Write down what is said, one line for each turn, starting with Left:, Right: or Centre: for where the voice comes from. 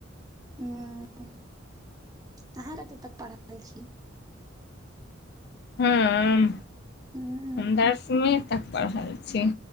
Right: ह्म, अहाँ कतेक तक पढ़ल छी?
Left: हम?
Right: हूँ
Left: हम दसमी तक पढ़ल छी।